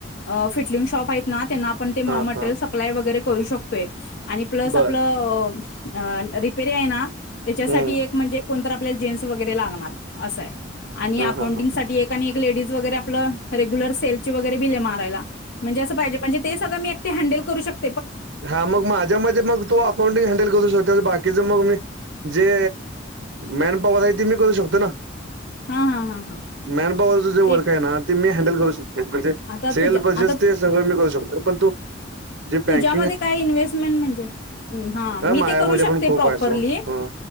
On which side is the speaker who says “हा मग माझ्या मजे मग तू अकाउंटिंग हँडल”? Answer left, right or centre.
Right